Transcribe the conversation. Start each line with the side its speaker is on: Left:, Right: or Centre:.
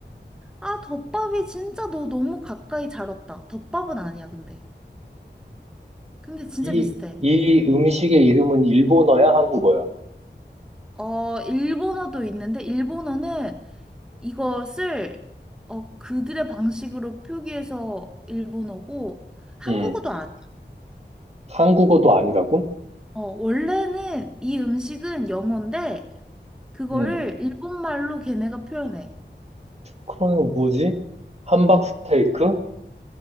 Centre: 아, 덮밥이 진짜 너 너무 가까이 잘 왔다. 덮밥은 아니야, 근데. 근데 진짜
Right: 이,
Centre: 비슷해.
Right: 이 음식의 이름은 일본어야, 한국어야?
Centre: 어, 일본어도 있는데, 일본어는 이것을 어, 그들의 방식으로 표기해서 일본어고 한국어도
Right: 음.
Centre: 아니야.
Right: 한국어도 아니라고?
Centre: 어, 원래는 이 음식은 영어인데 그거를
Right: 음.
Centre: 일본말로 걔네가 표현해.
Right: 그러면 뭐지? 함박 스테이크?